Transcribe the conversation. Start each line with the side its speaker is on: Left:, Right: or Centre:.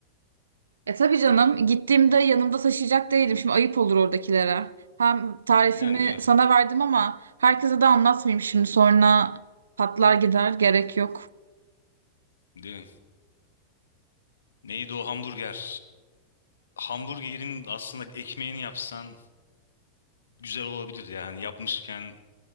Right: E tabii canım gittiğimde yanımda taşıyacak değilim. Şimdi ayıp olur oradakilere. Hem tarifimi
Left: Yani değil mi?
Right: sana verdim ama herkese de anlatmayayım şimdi sonra patlar gider gerek yok.
Left: Değil mi? Neydi o hamburger? Hamburgerin aslında ekmeğini yapsan güzel olabilir yani yapmışken